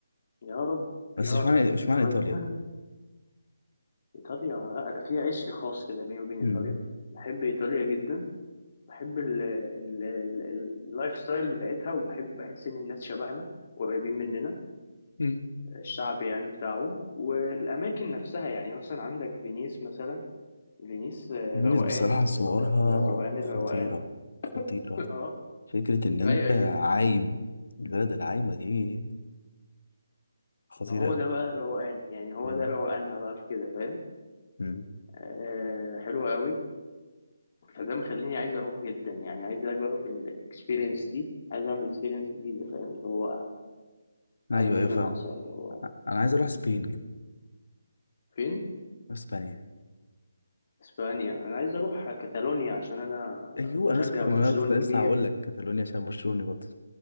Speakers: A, on the left; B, on the left.
A: يا رب
B: بس
A: يا
B: مش
A: رب
B: معنى مش معنى
A: بس
B: ايطاليا
A: <laughs> ايطاليا لا انا في عشق خاص كده بيني وبين
B: مم.
A: ايطاليا بحب ايطاليا جدا بحب ال- ال- ال- ال- اللايف ستايل بتاعتها وبحب بحس ان الناس شبهنا قريبين مننا
B: مم.
A: الشعب يعني بتاعهم والأماكن نفسها يعني مثلا عندك فينيس مثلا فينيس آه،
B: فينيس
A: روقان
B: بصراحة صورها
A: رو- روقان
B: خطيرة
A: الروقان
B: خطيرة
A: <laughs> اه
B: فكرة إن أنت
A: رايقة جدا
B: عايم البلد العايمة دي خطيرة
A: ما هو
B: أوي
A: ده بقى الروقان يعني هو
B: مم.
A: ده روقانها بقى في كده فاهم
B: مم.
A: آه حلوة قوي فده مخليني عايز أروحه جدا يعني عايز أجرب الإكسبيرينس دي عايز أعمل إكسبيرينس جديدة فاهم اللي هو
B: أيوه
A: حاجة جديدة
B: أيوه فاهم
A: ناقصة اللي هو
B: أنا عايز أروح سبين جدا
A: فين؟
B: أسبانيا
A: إسبانيا أنا عايز أروح كاتالونيا عشان أنا
B: أيوه
A: مشجع
B: أنا لسه كنت
A: برشلوني
B: أنا كنت لسه
A: كبير
B: هقول لك كاتالونيا عشان برشلوني برضه